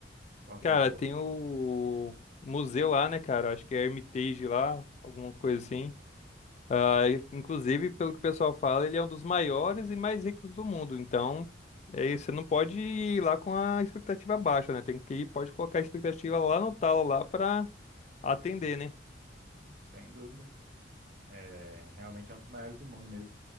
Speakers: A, on the right (about 50°); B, on the left (about 40°).
A: qual que
B: cara,
A: é a boa?
B: tem o museu lá, né, cara? Acho que é Hermitage lá, alguma coisa assim. Ah, inclusive, pelo que o pessoal fala, ele é um dos maiores e mais ricos do mundo. Então, é, isso, você não pode ir lá com a expectativa baixa, né? Tem que ir, pode colocar a expectativa lá no talo lá para atender, né?
A: Sem dúvida. É, realmente é um dos maiores do mundo mesmo.